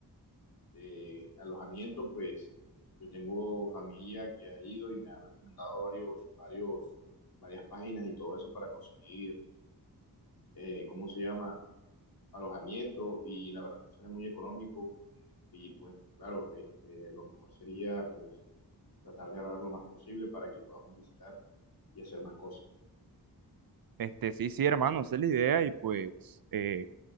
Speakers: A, on the left; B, on the right.
A: de alojamiento, pues yo tengo familia que ha ido y me ha recomendado varios, varios, varias páginas y todo eso para conseguir, eh, ¿cómo se llama? Alojamiento y la verdad es que sale muy económico y pues claro, este, lo mejor sería pues tratar de ahorrar lo más posible para que podamos visitar y hacer más cosas.
B: Este, sí, sí, hermano, esa es la idea y pues eh,